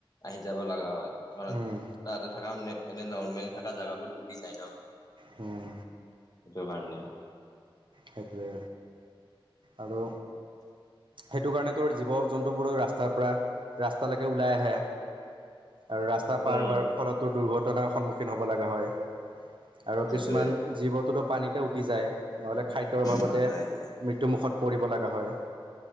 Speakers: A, on the left (about 45°); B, on the right (about 60°).
A: আহি যাব লগা হয়। কাৰণ
B: উম।
A: তাতে থকা এনে নৰ্মেল থকা জাগাবোৰ ডুবি যায় ন।
B: হুম।
A: সেইটো কাৰণে।
B: সেইটোৱে আৰু সেইটো কাৰণে তোৰ জীৱ জন্তুবোৰৰ ৰাস্তা ৰাস্তাৰ পৰা ৰাস্তালৈকে ওলাই আহে। আৰু ৰাস্তা পাৰ
A: উম
B: হোৱাৰ ফলতো দুৰ্ঘটনাৰ সন্মুখীন হ'ব লগা হয়। আৰু
A: সেইটোয়ে
B: কিছুমান জীৱটোতো পানীতে উটি যায় নহলে খাদ্যৰ অভাৱতে
A: অ যাই যাই
B: মৃত্যুমুখ মুখত পৰিব লগা হয়।